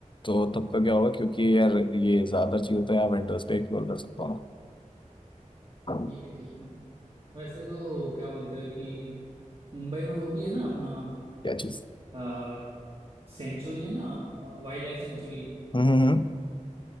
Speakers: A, on the left (about 40°); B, on the right (about 45°).
A: तो तब का क्या होगा क्योंकि यार ये ज्यादा चीजें तो यहाँ विंटर्स पे एक्सप्लोर कर सकता हूँ ना हम्म,
B: ठीक है ठीक है वैसे तो क्या बोलते हैं कि मुंबई में वो भी है ना अपना
A: क्या चीज
B: आ, सेंचुरी है ना वाइल्ड लाइफ सेंचुरी
A: हम्म हम्म, हम्म,